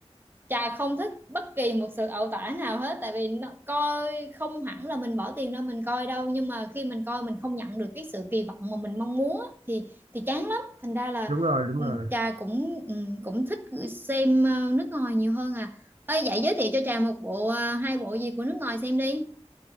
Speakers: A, on the right; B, on the right.
A: Trà không thích bất kỳ một sự ẩu tả nào hết tại vì nó, coi không hẳn là mình bỏ tiền ra mình coi đâu nhưng mà khi mình coi mình không nhận được cái sự kỳ vọng mà mình mong muốn thì thì chán lắm thành ra là
B: đúng rồi đúng
A: ừ,
B: rồi
A: Trà cũng ừ, cũng thích xem ờ, nước ngoài nhiều hơn à ơi vậy giới thiệu cho Trà một bộ ờ, hai bộ gì của nước ngoài xem đi